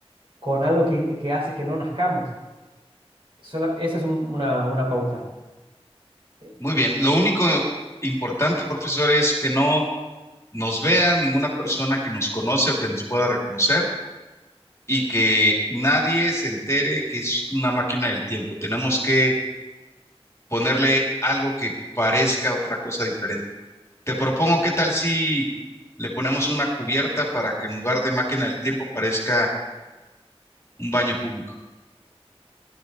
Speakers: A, on the right; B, on the left.
A: con algo que, que hace que no nazcamos. Sola- esa es un- una, una pauta. Eh,
B: Muy bien, lo único importante, profesor, es que no nos vean ninguna persona que nos conoce o que nos pueda reconocer y que nadie se entere que es una máquina del tiempo. Tenemos que ponerle algo que parezca otra cosa diferente. Te propongo, ¿qué tal si le ponemos una cubierta para que en lugar de máquina del tiempo parezca un baño público?